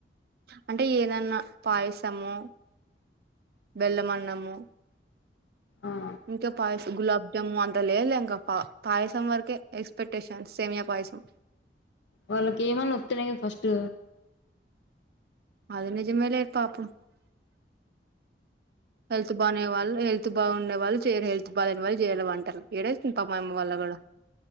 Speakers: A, on the right; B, on the left.
A: అంటె ఏదన్న పాయసము బెల్లమన్నము
B: ఆ
A: ఇంక పాయసం గులాబ్ జాము అంత లేదు లె ఇంక పా పాయసం వరకే ఎక్స్పెక్టేషన్ సేమియ పాయసం
B: వాళ్ళకి ఏమన్న ఒత్తనే గద ఫస్ట్
A: అది నిజమేలే పాపం హెల్త్ బానే వాళ్ళు హెల్త్ బాగుండే వాళ్ళు చేయరు హెల్త్ బాగాలేని వాళ్ళు చేయాల వంటలు ఏడేస్తుంది పాపం ఆ మా వాళ్ల కాడ